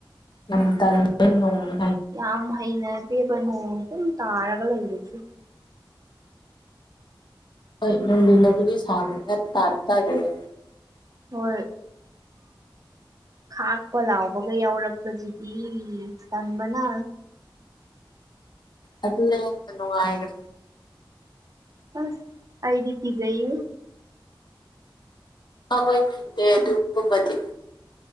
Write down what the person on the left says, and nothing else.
ꯌꯥꯝ ꯇꯜꯂꯦ ꯅꯣꯡꯅꯤ
ꯍꯣꯏ ꯅꯨꯡꯂꯤꯅꯕꯨꯗꯤ ꯁꯥꯕꯅꯤꯅ ꯇꯥꯔꯤ ꯇꯥꯖꯒꯦ
ꯑꯗꯨ ꯌꯥꯝꯅꯥ ꯅꯨꯡꯉꯥꯢꯒꯅꯤ
ꯑꯍꯣꯏ ꯀꯤꯗꯦ ꯑꯗꯨꯒꯨꯃꯕꯗꯤ